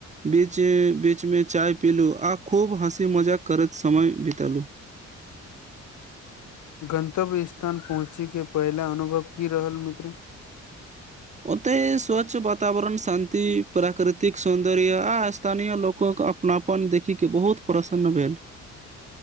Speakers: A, on the right; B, on the left.
A: बीचे बीच में चाय पीलु आ खूब हँसी मजाक करैत समय बितेलु
B: गन्तव्य स्थान पहुँचैके पहिला अनुभव की रहल मित्र
A: ओतय स्वच्छ वातवरण शान्ति प्राकृतिक सौन्दर्य आ स्थानीय लोक अपनापन देखिके बहुत प्रसन्न भेल